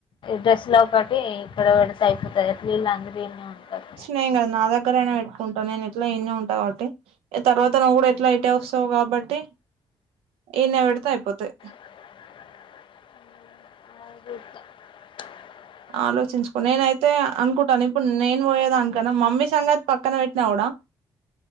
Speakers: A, on the left; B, on the right.
A: డ్రెస్ లో ఒకటి ఇక్కడ పెడితే అయిపోతది వీళ్ళందరూ ఇడ్నే ఉంటారు
B: నేను కదా నా దగ్గరనే పెట్టుకుంటా నేను ఎట్లా ఇడ్నే ఉంటా కాబట్టి ఏ తర్వాత నువ్వు కూడా ఎట్లా ఇటే వస్తావు కాబట్టి ఇడ్నే పెడితే అయిపోతది
A: <inaudible>
B: ఆలోచించుకో నేనైతే అనుకుంటాను ఇప్పుడు నేను పోయేదానికన్నా మమ్మీ సంగతి పక్కన పెట్టినా కూడా